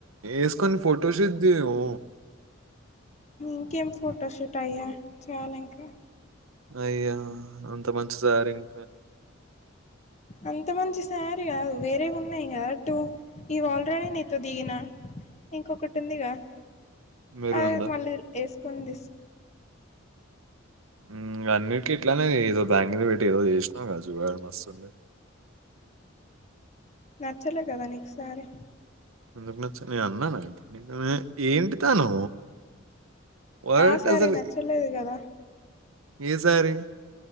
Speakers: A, on the right; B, on the left.
A: ఏసుకొని ఫోటోషూట్ తీయు
B: ఇంకేమి ఫోటోషూట్ అయ్యా చేయాలి ఇంకా
A: అయ్యా అంత మంచి సారి <inaudible>
B: అంత మంచి సారీ కాదు. వేరే ఉన్నాయిగా టు ఇవి ఆల్రెడీ నీతో దిగిన ఇంకొకటి ఉందిగా.
A: మెరూన్‌దా?
B: అది మళ్ళీ వేసుకొని తీస్
A: మ్ అన్నిటికీ ఇట్లానే ఏదో బ్యాంగలు పెట్టి ఏదో చేసినావు కదా చూడి మస్తుంది.
B: నచ్చలే కదా నీకుసారి?
A: ఎందుకు నచ్చాలే నేను అన్నాన వే ఏంటి తాను వాడుంటే
B: ఆ శారీ
A: అసలు
B: నచ్చలేదు కదా
A: ఏ సారి